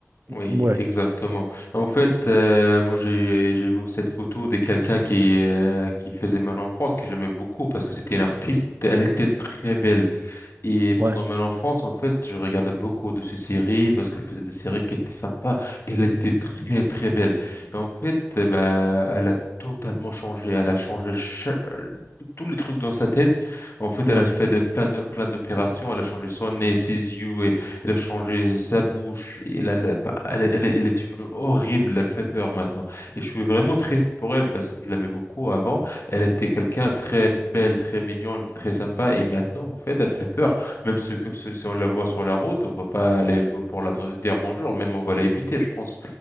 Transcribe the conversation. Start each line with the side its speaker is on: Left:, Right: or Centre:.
Left: Oui,
Right: ouais,
Left: exactement. En fait, euh, moi j'ai j'ai vu cette photo de quelqu'un qui euh, qui faisait mon enfance que j'aimais beaucoup parce que c'était une artiste. Elle était très belle. Et pendant
Right: ouais,
Left: mon enfance, en fait, je regardais beaucoup de ces séries parce qu'elle faisait des séries qui étaient sympas. elle était très, très belle. Et en fait, eh ben, elle a totalement changé. Elle a changé cha- euh, tous les trucs dans sa tête. En fait,
Right: ouais.
Left: elle a fait des- plein de, plein d'opérations. Elle a changé son nez, ses yeux, et elle a changé sa bouche. Et elle, elle, elle, est elle elle est devenue horrible. Elle fait peur maintenant. Et je suis vraiment triste pour elle parce que je l'aimais beaucoup avant. Elle était quelqu'un de très belle, très mignonne, très sympa. Et maintenant, en fait, elle fait peur. Même ceux que ceux, si on la voit sur la route, on va pas aller v- pour la dr- dire bonjour, même on va l'éviter, je pense.